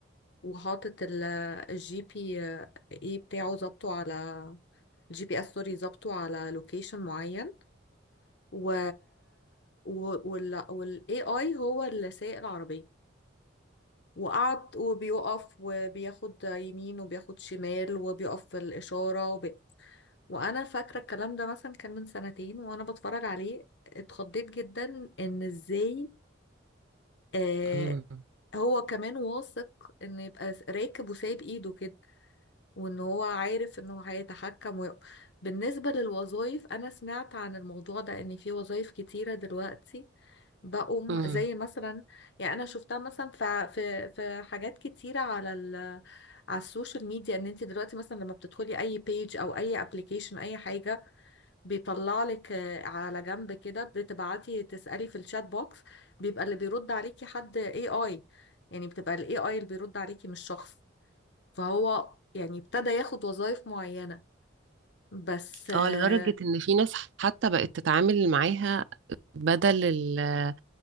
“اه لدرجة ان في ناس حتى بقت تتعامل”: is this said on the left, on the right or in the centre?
Right